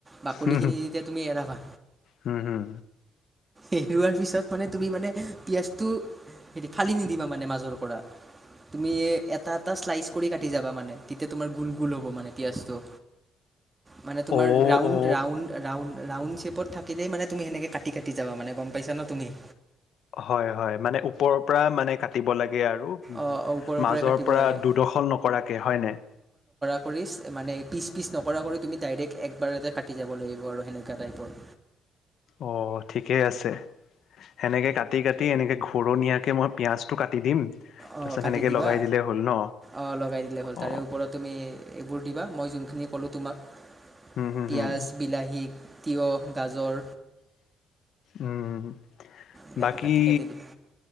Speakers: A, on the right (about 20°); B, on the left (about 70°).
A: বাকলি
B: হুম
A: খিনি যেতিয়া তুমি এৰাবা
B: হুম হুম।
A: এৰুৱাৰ পিছত মানে তুমি মানে পিয়াজটো এ ফালি নিদিবা, মানে মাজৰ পৰা তুমি এটা এটা শ্লাইচ কৰি কাটি যাবা, মানে তেতিয়া তোমাৰ গোল গোল হ'ব মানে পিয়াজটো। মানে তোমাৰ
B: অ
A: ৰাউন
B: অ
A: ৰাউন ৰাউন ৰাউন চেভ ল'ব। থাকিলে মানে তুমি সেনেকে কাটি কা যাবা মানে গ'ম পাইছা না তুমি?
B: হয়, হয় মানে ওপৰৰ পৰা মানে কাটিব লাগ গে আৰু,
A: অঁ অঁ ওপৰৰ
B: মাজৰ
A: পৰাই কাটিব
B: পৰা
A: লাগে
B: দুদখৰ নকৰাকে হয় নে?
A: পিচ মানে পিচ পিচ নকৰা কৈ তুমি ডাইৰেক্ট একবাৰতে কাটি যাব লাগিব আৰু সেনেকুৱা টাইপৰ
B: অ' ঠিকেই আছে। সেনেকে কাটি - কাটি এনেকে ঘূৰণীয়াকে মই পিঁয়াজটো কাটি দিম তাৰপিছত
A: অ, কাটি
B: সেনেকে
A: দিবা
B: লগাই দিলেই হ'ল ন
A: অ, লগাই দিলে হ'ল
B: অ
A: তাৰে ওপৰত তুমি এইবোৰ দিবা মই যোন যি ক'লোঁ তোমাক
B: হুম হুম
A: পিয়াজ,
B: হুম
A: বিলাহী তিঁয়হ, গাজৰ
B: উম,
A: এনেকৈ
B: বাকী
A: কাটি কাটি দিবি